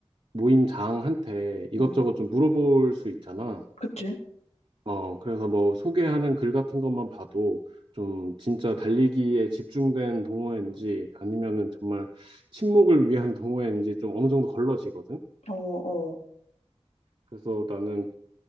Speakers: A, on the right; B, on the left.
A: 모임장한테 이것저것
B: 응.
A: 좀 물어볼 수 있잖아.
B: 그치?
A: 어, 그래서 뭐 소개하는 글 같은 것만 봐도 좀 진짜 달리기에 집중된 동호회인지 아니면은 정말 친목을 위한 동호회인지 좀 어느 정도 걸러지거든.
B: 어, 어.
A: 그래서 나는